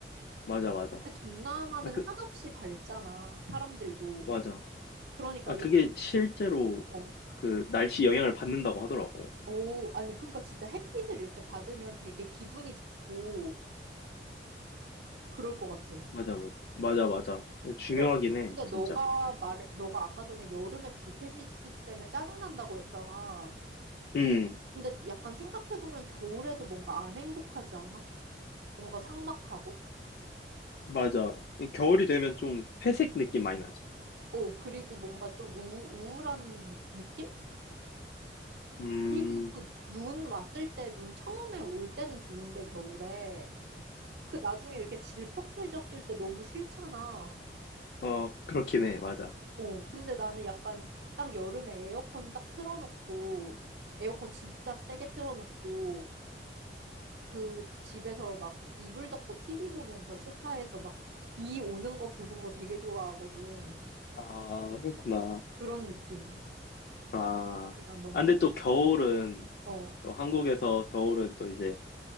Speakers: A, on the left (about 60°); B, on the right (about 70°).
A: 맞아, 맞아.
B: 근데 동남아는
A: 아, 그,
B: 한없이 밝잖아, 사람들도.
A: 맞아.
B: 그러니까
A: 아,
B: 이
A: 그게 실제로
B: 어,
A: 그 날씨 영향을 받는다고 하더라고.
B: 오, 아니 그러니까 진짜 햇빛을 이렇게 받으면 되게 기분이 좋고 그럴 것 같아.
A: 맞아, 맞아. 맞아, 맞아. 중요하긴
B: 근데
A: 해,
B: 근데
A: 진짜.
B: 너가 말해, 너가 아까 전에 여름에 불쾌 지수 때문에 짜증난다고 했잖아.
A: 음,
B: 근데 약간 생각해보면 겨울에도 뭔가 안 행복하지 않아? 뭔가 삭막하고?
A: 맞아. 겨울이 되면 좀 회색 느낌 많이 나지.
B: 어, 그리고 뭔가 좀 우, 우울한 느- 낌
A: 음,
B: 그리고 그 눈 왔을 때, 눈 처음에 올 때는 좋은데, 겨울에. 그 나중에 이렇게 질퍽해졌을 때 너무 싫잖아.
A: 어, 그렇긴 해, 맞아.
B: 어, 근데 나는 약간 딱 여름에 에어컨 딱 틀어놓고, 에어컨 진짜 세게 틀어놓고, 그 집에서 막 이불 덮고 TV 보면서 소파에서 막 비 오는 거 보는 거 되게 좋아하거든.
A: 아, 그렇구나.
B: 그런 느낌이
A: 아,
B: 난 너무
A: 아, 근데
B: 좋아.
A: 또 겨울은,
B: 어,
A: 또 한국에서 겨울은 또 이제,